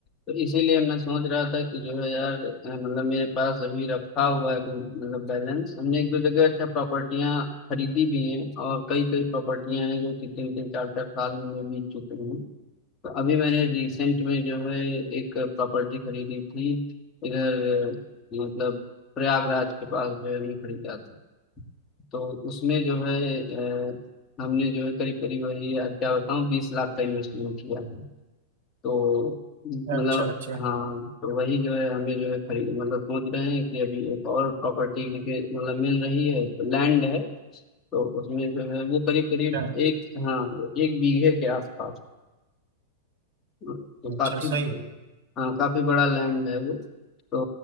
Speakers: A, on the left; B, on the right.
A: तो इसीलिए मैं सोच रहा था कि जो है यार अ, मतलब मेरे पास अभी रखा हुआ है कोई मतलब बैलेंस हमने एक दो जगह अच्छा प्रॉपर्टियां खरीदी भी हैं और कई कई प्रॉपर्टियां हैं जो कि तीन तीन चार चार साल में बीत चुकी हैं तो अभी मैंने रिसेंट में जो है एक प्रॉपर्टी खरीदी थी इधर मतलब प्रयागराज के पास जो है हमने खरीदा था तो उसमें जो है अ, हमने जो है करीब करीब वही यार क्या बताऊँ बीस लाख का इन्वेस्टमेंट किया है तो मतलब
B: अच्छा अच्छा
A: हाँ तो वही जो है हमें जो है खरीद मतलब सोच रहे हैं कि अभी एक और प्रॉपर्टी के मतलब मिल रही है तो लैंड है तो उसमें जो है वो करीब करीब
B: अच्छा
A: एक हाँ एक बीघे के आसपास तो
B: अच्छा
A: काफी
B: सही है
A: हाँ काफी बड़ा लैंड है वो तो